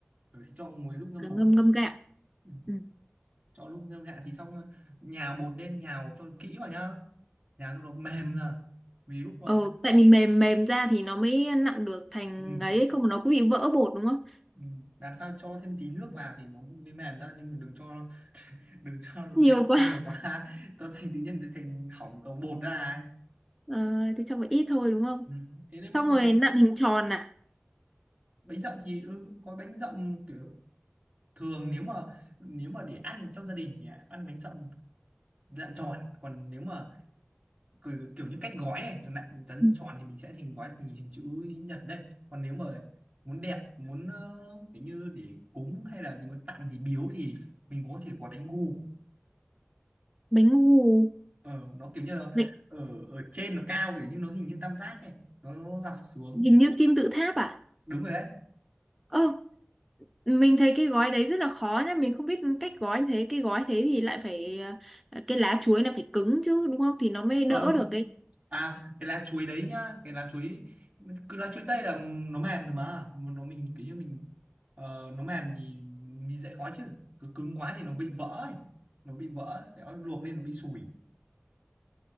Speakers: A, on the right; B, in the centre.
A: rồi thì cho muối lúc ngâm
B: À,
A: bột
B: ngâm
A: thì
B: ngâm gạo.
A: ừ,
B: Ừ.
A: cho lúc ngâm gạo thì xong ờ, nhào bột lên nhào cho kỹ vào nhá nhào cho nó mềm ra vì lúc ờ,
B: Ờ tại vì mềm mềm ra thì nó mới nặn được thành
A: ừ,
B: ấy không nó cứ bị vỡ bột đúng không?
A: Ừ, làm sao cho thêm tí nước vào thì nó mới mềm ra nhưng mà đừng cho đừng cho
B: Nhiều
A: <laughs>
B: quá.
A: nhiều quá nó thành tự nhiên thành hỏng cầu bột ra ấy.
B: Ờ thì cho một ít thôi đúng không?
A: Ừ. Thế nên
B: xong
A: mà
B: rồi
A: có
B: đến nặn hình tròn à
A: bánh dặm thì ừ, có bánh dặm kiểu thường nếu mà nếu mà để ăn trong gia đình thì ăn bánh dặm dạng tròn còn nếu mà kiểu, kiểu như cách gói này dạng rắn
B: Ừ,
A: tròn thì mình sẽ thành gói hình hình chữ nhật đây còn nếu mà muốn đẹp muốn ờ, kiểu như để cúng hay là muốn tặng thì biếu thì mình có thể gói bánh gù
B: bánh ngô
A: ờ nó kiểu như nó
B: Bánh-
A: ở ở trên nó cao kiểu như nó hình như tam giác này nó, nó dọc xuống
B: hình như kim tự tháp à
A: đúng rồi đấy
B: ơ mình thấy cái gói đấy rất là khó nhá mình không biết cách gói thế cái gói thế thì lại phải ờ, cái lá chuối là phải cứng chứ đúng không thì nó mới đỡ
A: không
B: được cái
A: à cái lá chuối đấy nhá cái lá chuối cứ lá chuối tây là nó mềm rồi mà Mà nó mình kiểu như mình ờ, nó mềm thì mình dễ gói chứ cứ cứng quá thì nó bị vỡ ấy. nó bị vỡ sẽ luộc lên nó bị sủi